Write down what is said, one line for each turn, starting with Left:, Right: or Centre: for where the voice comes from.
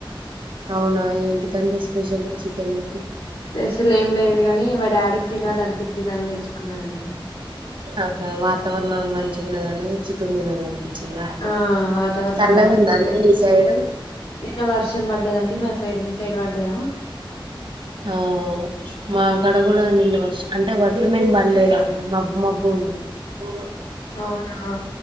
Right: అవునా ఏంటిదండి స్పెషల్ చికెన్ కి
Left: స్పెషల్ ఏం లేదు గాని మా డాడీకి తినాలి అనిపిచిందని తెచ్చుకున్నాడండి
Right: ఆహా వాతావరణం మంచిగాలేదని చికెన్ తిన లి అనిపించిందా
Left: ఆ వాతావరణం
Right: చల్లగా
Left: బాగుందని
Right: ఉందానే మీ సైడు
Left: నిన్న వర్షం పడ్డదండి మా సైడ్ మీ సైడ్ పడ్డదా
Right: ఆ మా కాడ కూడా నిన్న వర్ష అంటే వర్షం ఏం పడలేదండి మబ్బు మబ్బు ఉంది పో
Left: అవునా